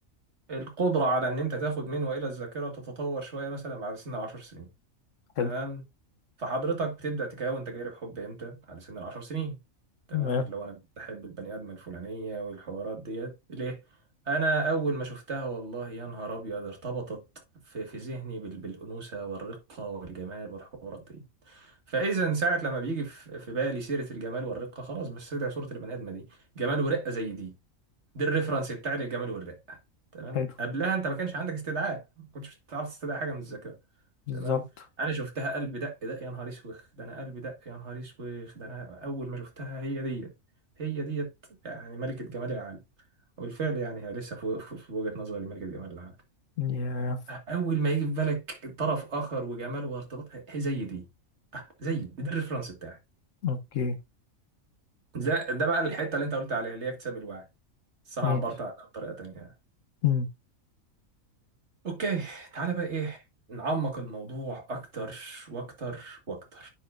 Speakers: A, on the right (about 50°); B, on the left (about 65°).
A: القدره على ان انت تاخد من والى الذاكره تتطور شويه مثلا بعد سن العشر سنين
B: حلو
A: تمام فحضرتك بتبدأ تكون تجارب حب امتى على سن العشر سنين تمام
B: تمام
A: اللي هو انا بحب البني ادم الفلانيه والحوارات ديت ليه انا اول ما شفتها والله يا نهار ابيض ارتبطت في في ذهني بال- بالانوثه والرقه والجمال والحوارات دي فاذا ساعه لما بيجي في في بالي سيره الجمال والرقه خلاص بستدعي صوره البني ادمه دي جمال ورقه زي دي دي الريفرنس بتاعي للجمال والرقه تمام
B: حلو
A: قبلها انت ما كانش عندك استدعاء ما كنتش تعرف تستدعي حاجه من الذكاء
B: بالظبط
A: تمام انا شفتها قلب دق دق يا نهار اسوخ ده انا قلب دق يا نهار اسوخ ده انا اول ما شفتها هي ديت هي ديت يعني ملكة جمال العالم وبالفعل يعني هي لسه في في- في وجهة نظري ملكة جمال العالم
B: يا
A: اول ما يجي في بالك طرف اخر وجمال وارتباط هي زي دي زي دي ده الريفرنس بتاعي
B: أوكي
A: ده ده بقى الحتة اللي انت قلت عليها اللي هي اكتساب الوعي بس انا
B: ماشي
A: عبرت عنها بطريقة تانية
B: مم.
A: اوكي تعالى بقى ايه نعمق الموضوع اكتر واكتر واكتر